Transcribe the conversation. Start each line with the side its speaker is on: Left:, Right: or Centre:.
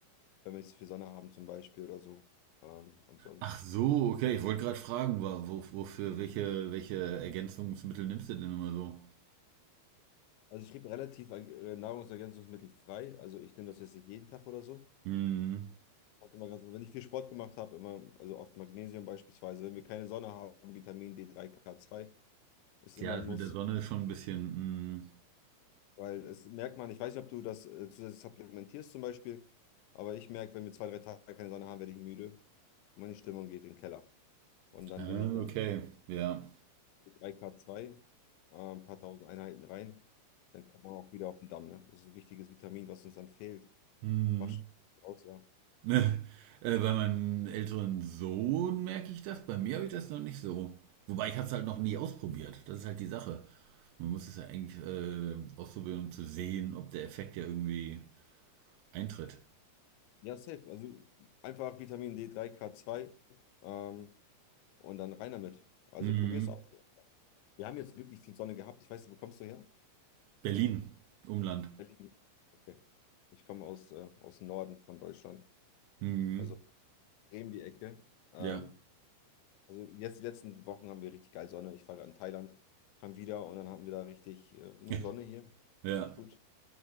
Left: wenn wir nicht so viel Sonne haben zum Beispiel oder so. Ähm, ansonsten.
Right: Ach so, okay, ich wollte gerade fragen, wa- wo, wofür, welche, welche Ergänzungsmittel nimmst du denn immer so?
Left: Also ich schrieb relativ äh, nahrungsergänzungsmittelfrei. Also ich nehme das jetzt nicht jeden Tag oder so.
Right: Hm,
Left: Kommt immer ganz, wenn ich viel Sport gemacht habe, immer, also oft Magnesium beispielsweise, wenn wir keine Sonne haben, Vitamin D3, K2 ist immer
Right: ja, das
Left: ein Muss.
Right: mit der Sonne ist schon ein bisschen, hm,
Left: Weil es merkt man, ich weiß nicht, ob du das äh, zusätzlich supplementierst zum Beispiel, aber ich merke, wenn wir zwei, drei Tage keine Sonne haben, werde ich müde und meine Stimmung geht in den Keller. Und dann,
Right: ah,
Left: wenn ich dann
Right: okay, ja.
Left: 3K2, äh, ein paar tausend Einheiten rein, dann kommt man auch wieder auf den Damm. Ne? Das ist ein wichtiges Vitamin, was uns dann fehlt.
Right: Hm.
Left: Macht schon aus, ja.
Right: Ne, Äh, bei meinem älteren Sohn merke ich das. Bei mir habe ich das noch nicht so. Wobei ich habe es halt noch nie ausprobiert. Das ist halt die Sache. Man muss es ja eigentlich äh, ausprobieren, um zu sehen, ob der Effekt ja irgendwie eintritt.
Left: Ja, safe. Also einfach Vitamin D3, K2 ähm, und dann rein damit. Also
Right: Mhm.
Left: probier's aus. Wir haben jetzt wirklich viel Sonne gehabt. Ich weiß nicht, wo kommst du her?
Right: Berlin, Umland.
Left: Berlin. Okay. Ich komme aus, äh, aus dem Norden von Deutschland,
Right: Mhm.
Left: also Bremen die Ecke. Ähm,
Right: Ja.
Left: also jetzt die letzten Wochen haben wir richtig geil Sonne. Ich war gerade in Thailand, kam wieder und dann hatten wir da richtig äh, nur
Right: <laughs>
Left: Sonne hier.
Right: Ja.
Left: Richtig gut.